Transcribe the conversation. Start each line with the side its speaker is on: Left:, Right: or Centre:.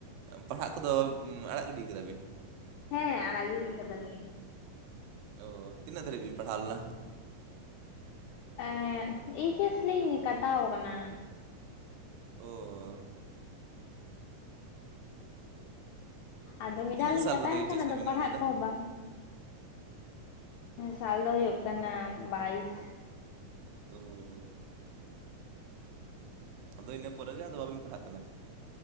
Right: ᱯᱟᱲᱦᱟᱜ ᱠᱚᱫᱚ ᱟᱲᱟᱜ ᱜᱤᱰᱤ ᱠᱟᱫᱟ ᱵᱤᱱ?
Left: ᱦᱮᱸ ᱟᱲᱟᱜ ᱜᱤᱰᱤᱭ ᱠᱟᱫᱟᱞᱤᱧ᱾
Right: ᱛᱚ ᱛᱤᱱᱟᱹᱜ ᱫᱷᱟᱨᱤᱡ ᱵᱤᱱ ᱯᱟᱲᱦᱟᱣ ᱞᱮᱱᱟ?
Left: ᱮᱸᱜ ᱮᱭᱤᱪ ᱮᱥ ᱞᱤᱧ ᱠᱟᱴᱟᱣ ᱠᱟᱱᱟ᱾
Right: ᱳ᱾
Left: ᱟᱫᱚ ᱢᱤ
Right: ᱛᱤᱱᱟᱹᱜ
Left: ᱫᱷᱟᱣ ᱞᱤᱧ
Right: ᱥᱟᱞ
Left: ᱠᱟᱴᱟᱣᱮᱱ
Right: ᱨᱮᱫᱚ ᱮᱭᱤᱪ
Left: ᱠᱷᱟᱱ
Right: ᱮᱥ
Left: ᱟᱫᱚ
Right: ᱫᱚᱵᱤᱱ
Left: ᱯᱟᱲᱦᱟᱜ
Right: ᱮᱢ ᱞᱮᱫᱟ
Left: ᱠᱚᱦᱚᱸ ᱵᱟᱝ ᱥᱟᱞ ᱫᱚ ᱦᱩᱭᱩᱜ ᱠᱟᱱᱟ ᱵᱟᱭᱤᱥ᱾
Right: ᱳ ᱾ ᱟᱫᱚ ᱤᱱᱟᱹ ᱯᱚᱨᱮ ᱜᱮ ᱟᱫᱚ ᱵᱟᱹᱵᱤᱱ ᱯᱟᱲᱦᱟᱜ ᱠᱟᱱᱟ᱾